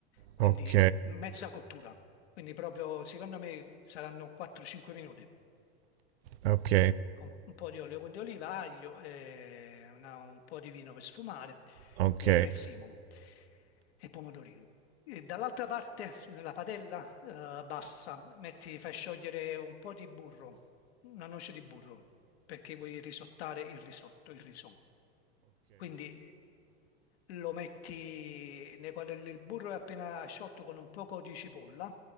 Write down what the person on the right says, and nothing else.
ok, ok,
ok,
ok,